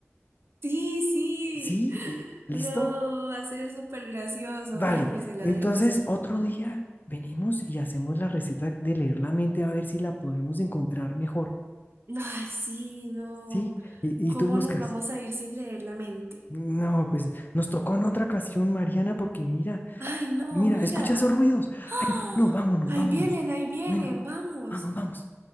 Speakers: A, on the right; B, on the left.
A: Sí, sí.
B: ¿Sí? Eh, ¿Listo?
A: No, va a ser súper gracioso.
B: Vale.
A: Démosela,
B: Entonces,
A: démosela.
B: otro día venimos y hacemos la receta de leer la mente a ver si la podemos encontrar mejor.
A: Ay, sí, no.
B: ¿Sí? Y,
A: ¿Cómo
B: y tú buscas.
A: nos vamos a ir sin leer la mente?
B: No, pues nos tocó en otra ocasión, Mariana, porque mira.
A: Ay, no,
B: Mira,
A: mira.
B: escucha esos ruidos.
A: ¡Ah!
B: Ay, no, vámonos,
A: Ahí
B: vámonos.
A: vienen, ahí vienen,
B: Bueno,
A: vamos.
B: vamos, vamos.